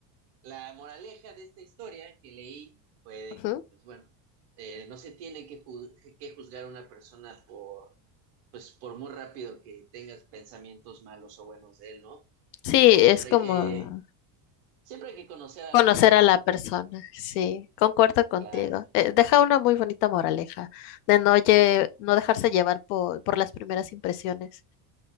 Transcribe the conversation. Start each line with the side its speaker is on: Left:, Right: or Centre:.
Right: La moraleja de esta historia que leí fue de
Left: Ujú.
Right: que, pues bueno, eh, no se tiene que, ju- que juzgar a una persona por, pues por muy rápido que tengas pensamientos malos o buenos de él, ¿no?
Left: Sí,
Right: O sea, siempre
Left: es como
Right: hay que, siempre hay que conocer a
Left: conocer
Right: las personas,
Left: a la persona, sí, concuerdo contigo.
Right: claro.
Left: Eh, deja una muy bonita moraleja de no, lle- no dejarse llevar por, por las primeras impresiones.